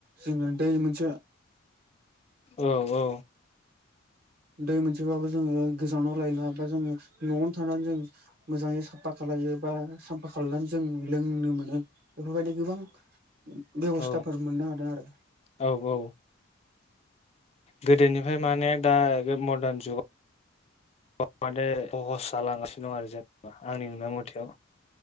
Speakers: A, on the right (about 50°); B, on the left (about 30°).
A: जोङो दै मोनसे
B: औ औ।
A: दै मोनसेबाबो जोङो गोजानाव लायला बा जोङो न'आवनो थानानै जों मोजां साफा खालायो बा साफा खालामनानै जों लोंनो मोनो। बेफोर बायदि गोबां बेबस्थाफोर
B: औ
A: मोननो हादों आरो।
B: औ औ गोदोनिफ्राय माने दा बे मरदार जुगाव। माने सहस जालांगासिनो दं आरो जेनेबा आंनि नुनाय मथे।